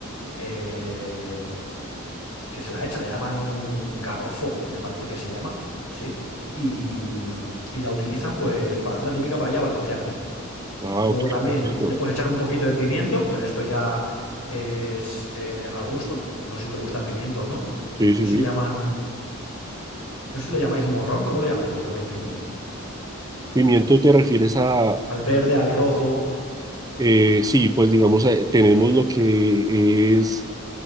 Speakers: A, on the left (about 85°); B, on the right (about 15°).
A: eh, que se la echan, le llaman garrofó, me parece que se llama, ¿sí? Y, mm, y la utilizan pues para hacer la típica paella valenciana.
B: Ah,
A: Luego
B: ok,
A: también
B: perfecto.
A: le puedes echar un poquito de pimiento, pero esto ya es eh, al gusto. No sé si te gusta el pimiento o no.
B: Sí, sí,
A: No sé
B: sí.
A: si le llaman, no sé si lo llamáis morrón, ¿cómo lo llamáis vosotros los pimientos?
B: Pimiento te refieres a,
A: Al verde, al rojo.
B: Eh, sí, pues digamos, eh, tenemos lo que es,